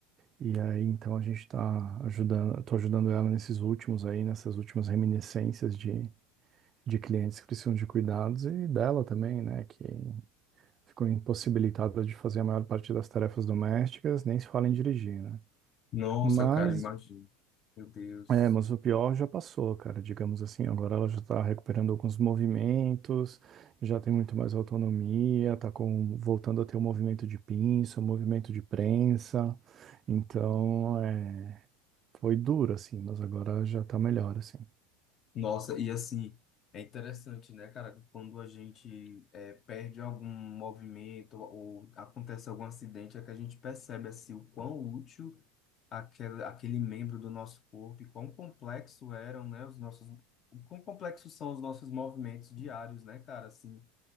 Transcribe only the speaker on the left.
Nossa,
cara, imagina. Meu Deus.
Nossa, e assim, é interessante, né, cara, que quando a gente é, perde algum movimento ou acontece algum acidente, é que a gente percebe, assim, o quão útil aquele, aquele membro do nosso corpo e quão complexo eram, né, os nossos... O quão complexos são os nossos movimentos diários, né, cara, assim,